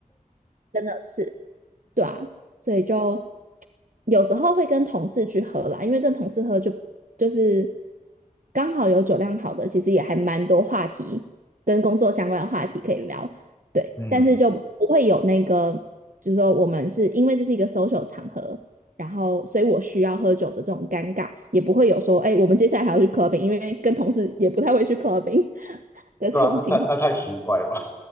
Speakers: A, on the right (about 65°); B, on the left (about 15°).
A: 真的是。对啊，所以就有时候会跟同事去喝啦，因为跟同事喝就就是刚好有酒量好的，其实也还蛮多话题跟工作相关的话题可以聊，对，
B: 嗯，
A: 但是就不会有那个，就是说我们是因为这是一个 social 场合，然后所以我需要喝酒的这种尴尬，也不会有说，哎，我们接下来还要去 clubbing，因为跟同事也不太会去 clubbing <laughs> 的这种情况。
B: 是吧？那太那太奇怪了吧？